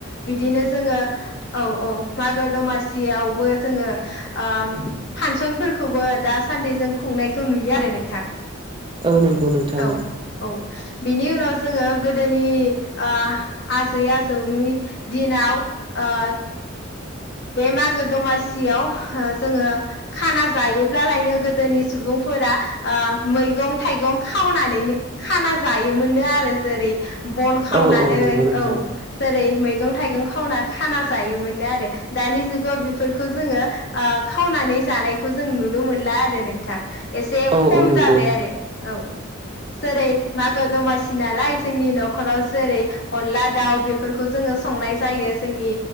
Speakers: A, on the left (about 55°); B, on the right (about 25°).
A: बिदिनो जोङो औ औ मागो दमासियावबो जोङो ओम फानसनफोरखौबो दासान्दे जों खुंनायखौ नुयो आरो नोंथां।
B: औ नंगौ नोंथां।
A: औ औ बिनि उनाव जोङो गोदोनि ओ आजै आजौनि दिनाव ओ बे मागो दमासियाव ओ जोङो खानाज जायोब्लालायनो गोदोनि सुबुंफोरा ओ मैगं थाइगं खावनानैनो खाना खो जायोमोननो आरो जेरै बन खावनानै
B: औ औ नंगौ नोंथां
A: औ जेरै मैगं थाइगं खावना खाना जायोमोननो आरो दानि जुगाव बेफोरखौ जोङो ओ खावना नानैस जानायखौ जों नुनो मोनला आरो नोंथां एसे
B: औ
A: खम
B: औ नंगौ
A: जाबाय आरो औ <inaudible> जेरै मागो दमासि नालाय, जोंनि न'खराव जेरै अनला, दाउ बेफोरखौ जोङो सं नाय जायो। जोंनि